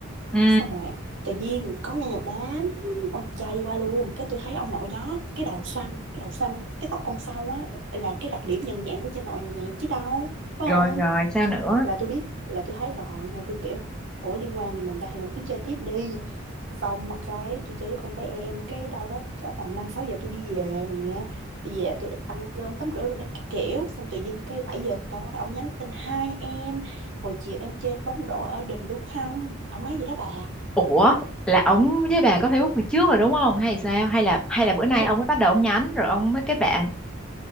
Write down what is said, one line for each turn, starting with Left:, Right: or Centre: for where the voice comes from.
Centre: ừ,
Right: cái xong rồi tự nhiên có một đám con trai đi qua luôn cái tôi thấy ông nội đó cái đầu xoăn cái đầu xoăn cái tóc con sâu á là cái đặc điểm nhận dạng của cha nội này nè chứ đâu phải
Centre: rồi
Right: không
Centre: rồi, sao nữa?
Right: là tôi biết là tôi thấy rồi nhưng mà tôi kiểu ủa liên quan gì mình đâu thì mình cứ chơi tiếp đi xong cái tôi chơi với con bé em cái đâu đó cỡ tầm năm sáu giờ tôi đi về nè tôi về tôi ăn cơm tắm rửa rồi đấy cái kiểu xong tự dưng cái 7 giờ tối ông nhắn tin hai em hồi chiều em chơi bóng rổ ở đình đúng không ông nói gì đó bà
Centre: Ủa, là ổng với bà có Facebook từ trước rồi đúng không? Hay sao? Hay là hay là bữa nay
Right: tôi
Centre: ông mới bắt đầu ông nhắn rồi ông mới kết bạn?